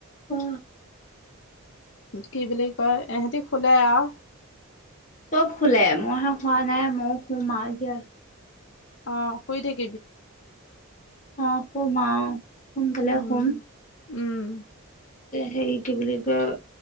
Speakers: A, on the left; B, on the left.
A: অ।
B: কি বুলি কয়, এহেঁতি শুলে আও।
A: চব শুলে মইহে শুৱা নাই মইও শুম আও এতিয়া।
B: অ শুই থাকি
A: অ সুম আহ সোনকালে
B: উম
A: সুম।
B: উম।
A: হেৰি কি বুলি কয়,